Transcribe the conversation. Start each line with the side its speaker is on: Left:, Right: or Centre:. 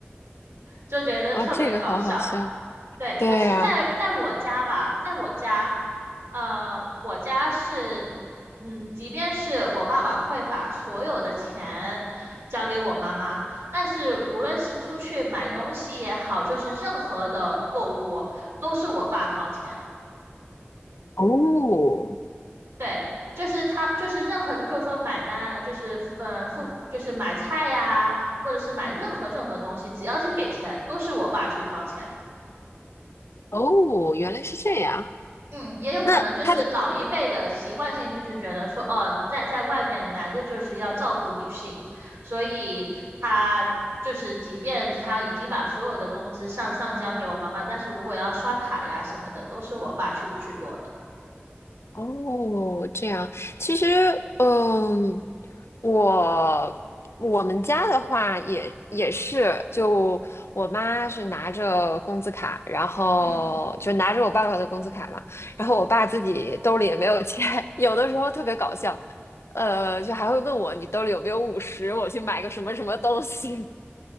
Right: 就觉得特别搞笑。
Left: 哦，这个好好笑。
Right: 对，
Left: 对呀，
Right: 但是在在我家吧，在我家，呃，我家是，嗯，即便是我爸爸会把所有的钱交给我妈妈，但是无论是出去买东西也好，就是任何的购物都是我爸掏钱。
Left: 哦
Right: 对，就是他，就是任何的，譬如说买单，呃就是嗯付，就是买菜呀，或者是买任何任何东西，只要是给钱，都是我爸去掏钱。
Left: 哦，原来是这样。
Right: 嗯，也有可能就是老一辈的习惯性，
Left: 那他的。
Right: 就是觉得说，哦，在在外面男的就是要照顾女性，所以他就是即便他已经把所有的工资上上交给我妈妈，但是如果要刷卡呀什么的，都是我爸去去做的。
Left: 哦，这样，其实，嗯，我我们家的话也也是，就我妈是拿着工资卡，然后就拿着我爸爸的工资卡嘛，
Right: 嗯。
Left: 然后我爸自己兜里也没有钱，<laughs> 有的时候特别搞笑，呃，就还会问我你兜里有没有五十，我去买个什么什么东西。